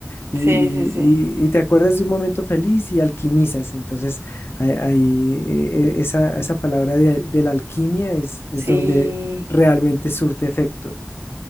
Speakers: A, on the left; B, on the right.
A: Y,
B: Sí, sí, sí.
A: y- y- y te acuerdas de un momento feliz y alquimizas. Entonces, Ahí, ahí, eh, esa, esa palabra de, de la alquimia es, es
B: Sí.
A: donde realmente surte efecto.